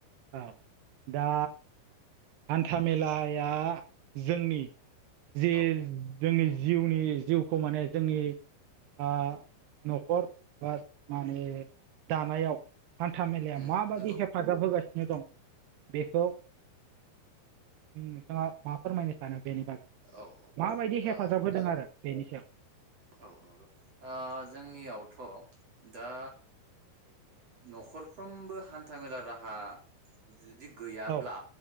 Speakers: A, on the right (about 75°); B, on the right (about 35°).
A: औ दा हान्था मेलाया जोंनि जि
B: औ
A: जोंनि जिउनि जिउखौ माने जोंनि ओ न'खर बा माने दानायाव हान्था मेलाया
B: उम
A: माबादि
B: नंगौ
A: हेफाजाब होगासिनो दं बेखौ नोंथाङा मा फोरमायनो सानो? बेनि बागै
B: औ औ
A: माबायदि
B: दा
A: हेफाजाब होदों
B: जों
A: आरो बेनि सायाव।
B: औ नंगौ ओ जोंनियावथ' दा न'खरफ्रोमबो हान्था मेला राहा जुदि गैयाब्ला
A: औ